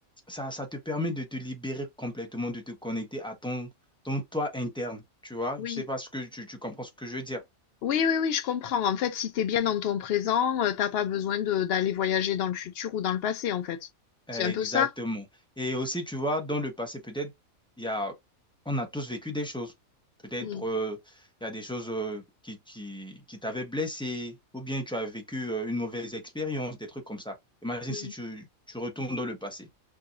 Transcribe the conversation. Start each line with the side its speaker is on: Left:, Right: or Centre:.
Centre: ça, ça te permet de te libérer complètement, de te connecter à ton, ton toi interne. Tu vois,
Left: oui.
Centre: je sais pas ce que tu, tu comprends ce que je veux dire.
Left: Oui, oui, oui, je comprends. En fait, si t'es bien dans ton présent, heu, tu pas besoin de d'aller voyager dans le futur ou dans le passé, en fait. C'est
Centre: Euh,
Left: un
Centre: Exactement.
Left: peu ça?
Centre: Et aussi, tu vois, dans le passé, peut-être, il y a, on a tous vécu des choses. Peut-être,
Left: Mmh.
Centre: euh, il y a des choses euh, qui, qui, qui t'avaient blessé, ou bien tu as vécu euh, une mauvaise expérience, des trucs comme ça. Imagine
Left: Mmh
Centre: si
Left: mh.
Centre: tu, tu retournes dans le passé.